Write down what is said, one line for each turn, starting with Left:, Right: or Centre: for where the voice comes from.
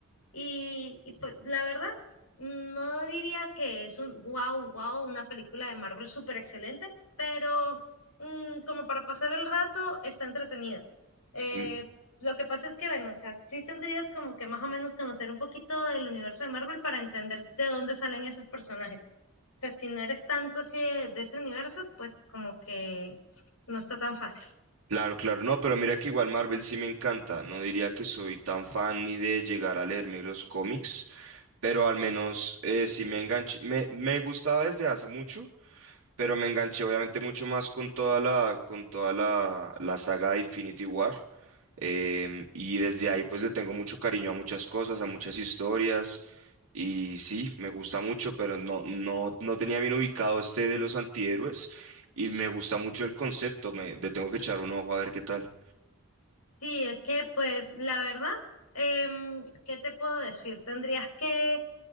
Left: Y, y pues la verdad, no diría que es un wow, wow, una película de Marvel súper excelente, pero mm, como para pasar el rato está entretenida. Eh,
Right: Mm,
Left: lo que pasa es que, bueno, o sea, sí tendrías como que más o menos conocer un poquito del universo de Marvel para entender de dónde salen esos personajes. O sea, si no eres tanto así de, de ese universo, pues como que no está tan fácil.
Right: Claro, claro, no, pero mira que igual Marvel sí me encanta. No diría que soy tan fan ni de llegar a leerme los cómics. pero al menos eh, sí me enganché, me, me gustaba desde hace mucho, pero me enganché obviamente mucho más con toda la, con toda la, la saga de Infinity War. em, y desde ahí pues le tengo mucho cariño a muchas cosas, a muchas historias. Y sí, me gusta mucho, pero no, no, no tenía bien ubicado este de los antihéroes. Y me gusta mucho el concepto, me, le tengo que echar un ojo a ver qué tal.
Left: Sí, es que pues la verdad, em, ¿qué te puedo decir? Tendrías que